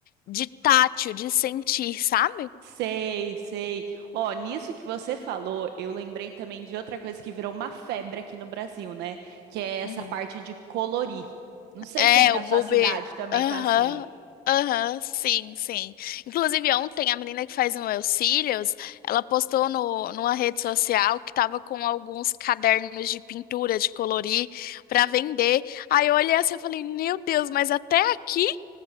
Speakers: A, on the left; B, on the right.
A: de tátil, de sentir, sabe?
B: Sei, sei. Ó, nisso que você falou, eu lembrei também de outra coisa que virou uma febre aqui no Brasil, né? Que é essa
A: Uhum.
B: parte de colorir. Não sei
A: É,
B: se aí na
A: o Bobe.
B: sua cidade também
A: Aham.
B: tá assim.
A: Aham, sim, sim. Inclusive, ontem a menina que faz o meu cílios, ela postou no, numa rede social que tava com alguns cadernos de pintura, de colorir, pra vender. Aí eu olhei assim e falei, meu Deus, mas até aqui?